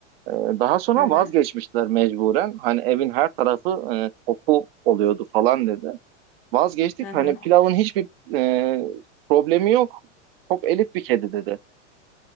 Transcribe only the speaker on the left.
Hı hı,
hı hı.